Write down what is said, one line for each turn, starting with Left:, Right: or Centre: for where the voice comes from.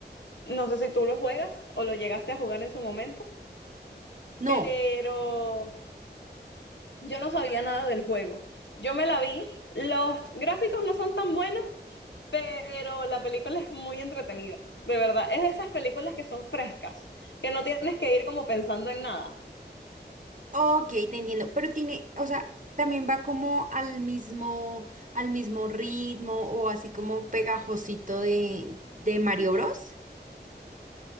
Left: No sé si tú lo juegas o lo llegaste a jugar en su momento,
Right: No.
Left: pero yo no sabía nada del juego. Yo me la vi, los gráficos no son tan buenos, pero la película es muy entretenida, de verdad. Es de esas películas que son frescas, que no tienes que ir como pensando en nada.
Right: Ok, te entiendo, pero tiene, o sea, también va como al mismo, al mismo ritmo o así como pegajosito de, de Mario Bros.